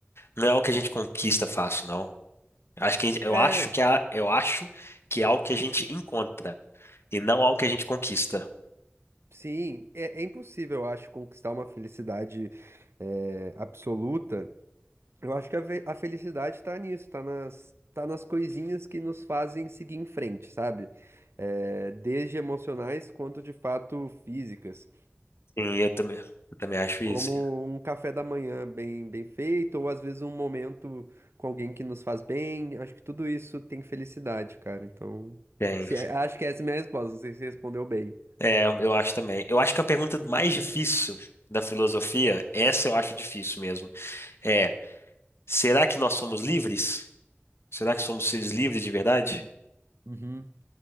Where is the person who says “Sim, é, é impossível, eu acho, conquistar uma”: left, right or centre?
Right